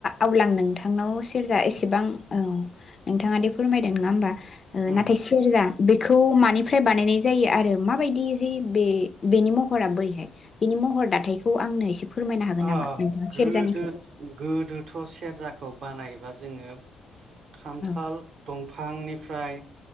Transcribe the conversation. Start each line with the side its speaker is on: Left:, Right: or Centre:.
Left: अब्ला आं नोंथांनाव सेरजा एसेबां औ नोंथाङादे फोरमायदो नङा होमबा
Right: उम
Left: नाथाय सेरजा बेखौ मानिफ्राय बानायनाय जायो आरो माबायदिहै बे बेनि महरा बोरैहाय बेनि महर दाथायखौ आंनो एसे फोरमायनो हागोन
Right: ओ
Left: नामा नोंथाङा
Right: गोदो
Left: सेरजानिखौ
Right: गोदोथ' सेरजाखो खौ बानायबा जोङो खान्थाल
Left: औ
Right: दंफांनि फ्राय